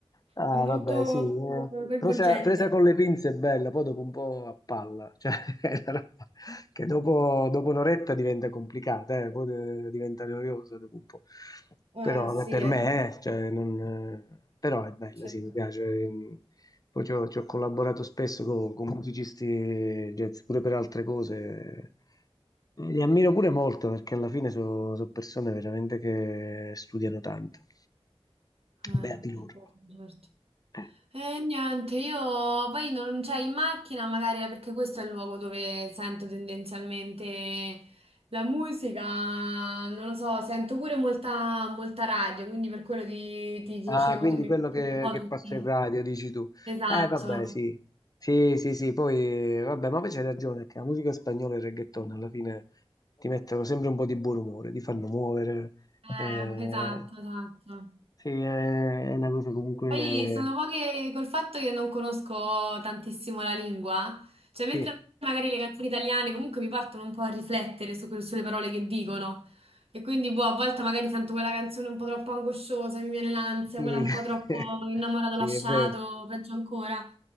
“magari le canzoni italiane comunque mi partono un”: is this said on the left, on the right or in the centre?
Right